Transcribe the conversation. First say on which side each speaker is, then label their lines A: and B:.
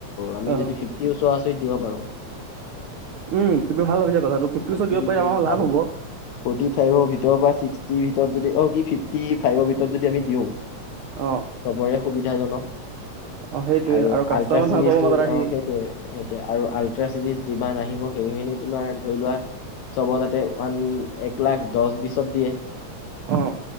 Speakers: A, on the left (about 75°); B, on the right (about 80°).
A: আমি
B: অ
A: যদি ফিফটিৰ ওচৰ ওচৰিত দিব পাৰোঁ।
B: উম, তুমি ভাল ভাবিছ কথাটো ফিফট
A: ফৰ্টি
B: ওচৰত দিব পৰিলে আমাৰ
A: ফাইভ
B: লাভ হ'ব।
A: ফৰ্টি ফাইভৰ ভিতৰত বা ছিক্সটিৰ ভিতৰত যদি অ', কি ফিফটি ফাইভৰ ভিতৰত যদি আমি দিওঁ।
B: অ'।
A: চবৰে সুবিধাজনক
B: অ সেইটোৱে
A: আৰু
B: কাষ্টমাৰ
A: আল্ট্ৰা চিৰিজটো
B: ভাল পাব মাজত আহি
A: অ', সেইটোৱে। সেইটোৱে আৰু আল্ট্ৰা চিৰিজ যিমান আহিব সেইখিনি তোমাৰ ধৰি লোৱা চব তাতে ওৱান এক লাখ দহ বিছত দিয়ে।
B: অ',